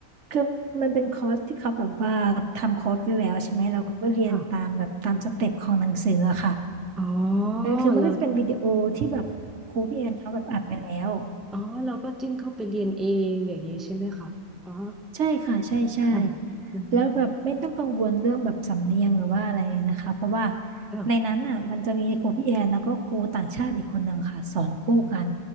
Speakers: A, on the right; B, in the centre.
A: คือมันเป็นคอร์สที่เขาแบบว่าทำคอร์สไว้แล้วใช่ไหมเราก็เรียนตามแบบตามสเต็ปของหนังสืออะค่ะ
B: ค่ะอ๋อ
A: เออคือมันก็จะเป็นวิดีโอที่แบบครูพี่แอนเขาแบบอัดไปแล้ว
B: เราอ๋อเราก็จิ้มเข้าไปเรียนเองอย่างนี้ใช่ไหมคะอ๋อ
A: ใช่ค่ะใช่ใช่
B: ค่ะอืม
A: แล้วแบบไม่ต้องกังวลเรื่องแบบสำเนียงหรือว่าอะไรเลยนะคะเพราะว่า
B: ค่ะ
A: ในนั้นอ่ะมันจะมีครูพี่แอนแล้วก็ครูต่างชาติอีกคนหนึ่งค่ะสอนคู่กัน